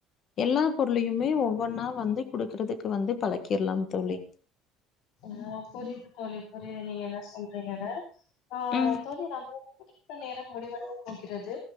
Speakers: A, on the left; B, on the left.
A: எல்லா பொருளையுமே ஒவ்வொன்னா வந்து குடுக்கறதுக்கு வந்து பழக்கிரலாம் தோழி
B: ஆ புரியிது தோழி புரியிது நீங்க என்னா சொல்றீங்கன்னு ஆ
A: ம்.
B: தோழி நம்பளுக்கு குடுத்த நேரம் முடிவட டங்கிறது